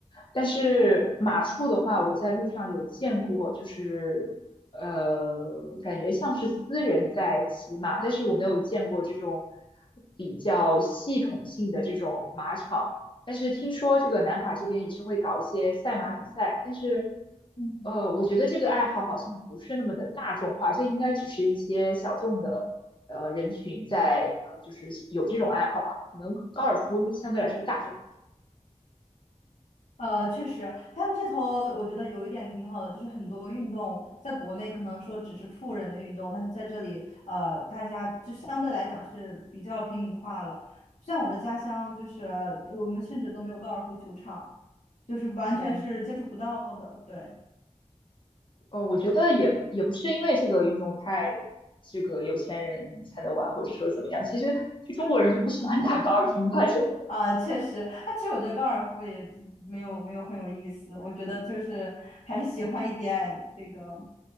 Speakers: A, on the left (about 40°); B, on the left (about 75°).
A: 但是马术的话，我在路上有见过，就是呃，感觉像是私人在骑马，但是我没有见过这种比较系统性的这种马场。但是听说这个南法这边也是会搞一些赛马比赛，但是
B: 嗯。
A: 呃，我觉得这个爱好好像不是那么的大众化，这应该只是一些小众的呃人群在呃，就是有这种爱好吧。可能高尔夫相对来说大众一点。
B: 呃，确实，他们这头我觉得有一点挺好的，就是很多运动在国内可能说只是富人的运动，但是在这里，呃，大家就相对来讲是比较平民化了。像我的家乡，就是我们甚至都没有高尔夫球场，就是完全是接触不到的。
A: 嗯。
B: 对，
A: 呃，我觉得也也不是因为这个运动太这个有钱人才能玩，或者说怎么样。其实就中国人就不喜欢打高尔夫吧，就
B: 啊、确实，那其实我觉得高尔夫也没有没有很有意思，我觉得就是还是喜欢一点这个